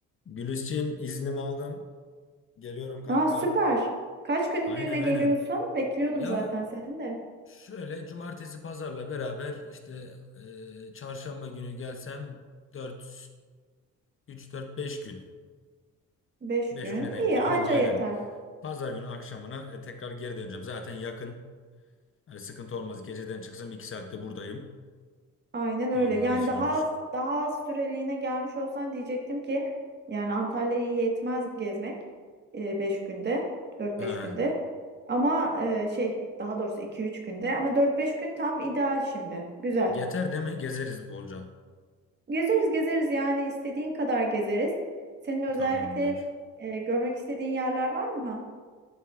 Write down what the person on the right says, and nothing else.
Aa süper. Kaç günlüğüne
geliyorsun? Bekliyordum
zaten seni de.
Beş
gün.
İyi
anca
yeter.
Aynen
öyle. Yani
daha
az, daha az süreliğine gelmiş olsan diyecektim ki yani Antalya'yı yetmez gezmek. E, beş günde. Dört
beş günde. Ama e, şey daha doğrusu iki üç günde. Ama dört beş gün tam ideal şimdi. Güzel.
Gezeriz gezeriz yani istediğin kadar gezeriz. Senin özellikle
e, görmek istediğin yerler var mı?